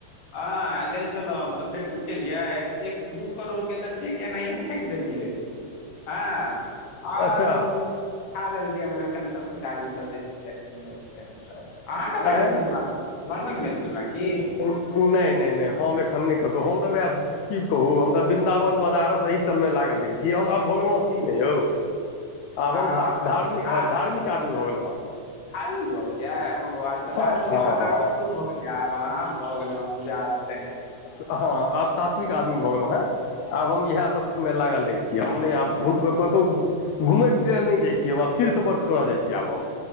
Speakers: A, on the left (about 50°); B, on the left (about 80°).
A: हां गेल छलौ हम तऽ फेर की केलियै एक, एक दू करोड़ के तऽ चेक एनैये फेक देलियै हां और
B: अच्छा
A: ठा लेलकै अमेरिकन सब भिखारी सब जे छलैया <unintelligible> सब। अहाँ कता
B: आँय
A: गेल छलु हैं, लंडन गेल छलु हैं की।
B: एन नै नै नै हम एखन नै कतौ हम तऽ वाएह की कहु हम ते विन्दावन, बनारस अही सब मे लागल रहै छी, हम आब भऽ गेलौ अथी नैयौ, आब
A: हँ
B: हम ध धार्मिक
A: आ
B: हां धार्मिक आदमी भऽ गेलौ आब हम।
A: धार्मिक भऽ गेलिये ओ आ अच्छा
B: हँ
A: धार्मिक
B: हँ
A: के साथ
B: हँ
A: आब दूरो भऽ गेलियै आब अहाँ भऽ गेलै आब बुझा रहले।
B: हां आब सात्विक आदमी भऽ गेलौ हैं, आब हम इहाए सब मे लागल रहै छी, हम नै आब घु कतौ घुमै-फिरै लए नै जाय छी हम आब तीर्थ बर्थ करऽ जाय छी आब हम।